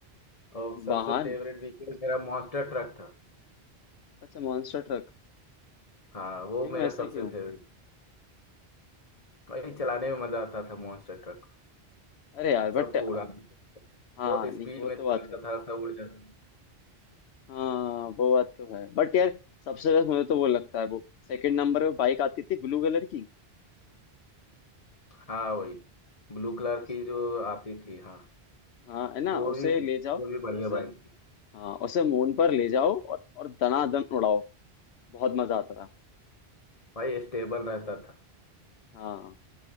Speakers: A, on the left; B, on the left.
A: और सबसे
B: वाहन
A: फेवरेट व्हीकल मेरा मॉन्स्टर ट्रक था
B: अच्छा मॉन्स्टर ट्रक
A: हाँ वो
B: क्यों
A: मेरा
B: ऐसा
A: सबसे
B: क्यों
A: फेवरेट भाई चलाने में मजा आता था मॉन्स्टर ट्रक
B: अरे यार बट
A: सबको उड़ाता था
B: हाँ
A: बहुत
B: नहीं
A: स्पीड
B: वो
A: में
B: तो
A: चलाता
B: बात है
A: था सब उड़ जाता
B: हाँ वो बात तो है बट यार सबसे बेस्ट मुझे तो वो लगता है वो सेकंड नंबर पे बाइक आती थी ब्लू कलर की
A: हाँ भाई ब्लू कलर
B: उस,
A: की जो आती थी हाँ
B: हाँ है ना
A: तो वो
B: उसे
A: भी
B: ले जाओ
A: वो भी बढ़िया
B: उसे
A: बाइक थी
B: हाँ उसे मून पर ले जाओ और और दनादन उड़ाओ बहुत मजा आता था
A: भाई स्टेबल रहता था
B: हाँ